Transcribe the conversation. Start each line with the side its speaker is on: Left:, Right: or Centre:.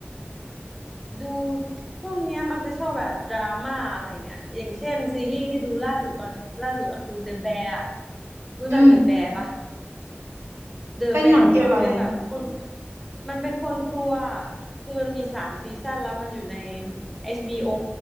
Centre: ดูช่วงเนี้ยมักจะชอบแบบดราม่าอะไรอย่างเงี้ยอย่างเช่นซีรีส์ที่ดูล่าสุดตอนนี้ล่าสุดอะคือ The Bear อะรู้จัก
Right: อืม
Centre: The Bear ปะ เดอะแบร์ที่มันเป็นแบบคน
Right: เป็นหนังเกี่ยวกับอะไร
Centre: มันเป็นคนครัวอะคือมันมีสามซีซั่นแล้วมันอยู่ใน HBO